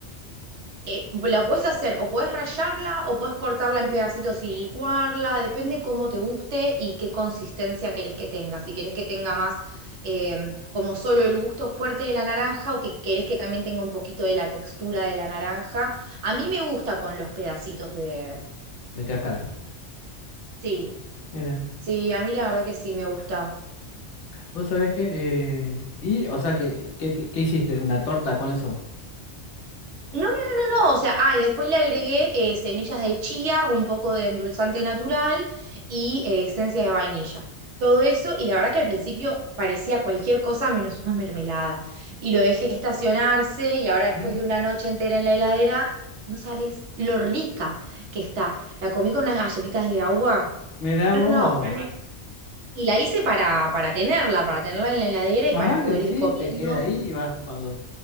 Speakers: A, on the right; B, on the left.
A: eh, la puedes hacer o puedes rallarla o puedes cortarla en pedacitos y licuarla, depende cómo te guste y qué consistencia querés que tenga. Si querés que tenga más eh, como solo el gusto fuerte de la naranja o que querés que también tenga un poquito de la textura de la naranja. A mí me gusta con los pedacitos de...
B: De cáscara.
A: Sí,
B: Mira.
A: sí, a mí la verdad que sí me gusta.
B: Vos sabés que... eh, y, o sea, que, ¿qué, te- qué hiciste? ¿Una torta con eso?
A: No, no, no, no, no, o sea, ah, y después le agregué eh, semillas de chía, un poco de endulzante natural y eh, esencia de vainilla. Todo eso, y la verdad que al principio parecía cualquier cosa menos una mermelada. Y lo dejé estacionarse y ahora
B: Ujú.
A: después de una noche entera en la heladera, no sabes lo rica que está. La comí con unas galletitas de agua.
B: Mira
A: No,
B: vos.
A: no, no. Bueno, un- Y la hice para, para tenerla, para tenerla en la heladera y
B: Más
A: para
B: vale,
A: poder
B: sí,
A: ir comiendo.
B: te queda ahí y vas cuando